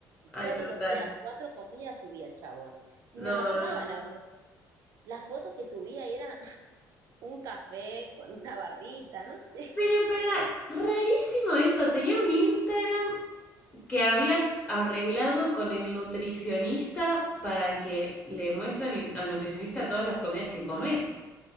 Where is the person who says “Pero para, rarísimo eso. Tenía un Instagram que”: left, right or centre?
Left